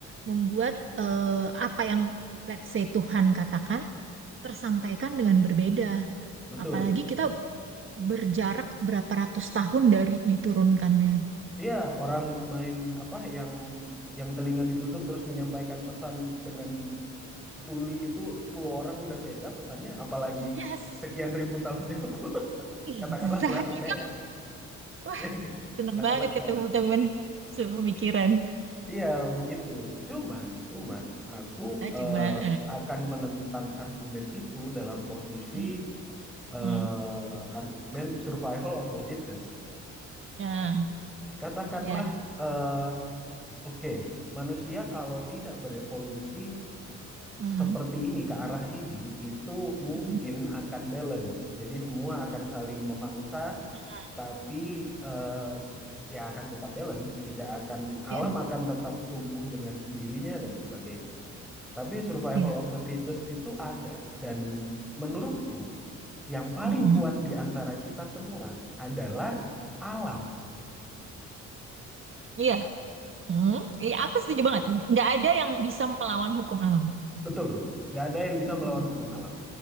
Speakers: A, on the right; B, in the centre.
A: membuat eh, apa yang let's say Tuhan katakan tersampaikan dengan berbeda.
B: betul.
A: Apalagi kita berjarak berapa ratus tahun dari diturunkannya.
B: Iya, orang main apa yang yang telinga ditutup terus menyampaikan pesan dengan tuli itu 10 orang udah beda pesannya, apalagi
A: Yes,
B: sekian ribu tahun yang lalu. <laughs>
A: exact.
B: Katakanlah Tuhan ada ya,
A: Wah,
B: <laughs> ya kan?
A: seneng
B: Katakanlah
A: banget
B: Tuhan
A: ketemu
B: ada.
A: temen sepemikiran.
B: Iya, begitu. Cuman, cuman aku
A: Ah, cuma.
B: eh, akan menentang argumen itu dalam posisi
A: Mm,
B: eh,
A: mm,
B: argumen survival of the fittest.
A: Ya,
B: Katakanlah,
A: ya.
B: eh, oke, manusia kalau tidak berevolusi
A: Mm,
B: seperti ini ke arah ini, itu mungkin
A: mm,
B: akan balance. Jadi semua akan saling memangsa,
A: mm,
B: tapi eh, ya akan tetap balance. Tidak akan
A: Iya,
B: alam akan tetap tumbuh dengan sendirinya dan sebagainya. Tapi survival
A: iya.
B: of the fittest itu ada, dan menurutku yang paling
A: Mm,
B: kuat di antara kita semua adalah alam
A: Iya. Mm, Iya, aku setuju banget. Nggak ada yang bisa melawan hukum alam.
B: Betul, nggak ada yang bisa melawan
A: Mm,
B: hukum alam.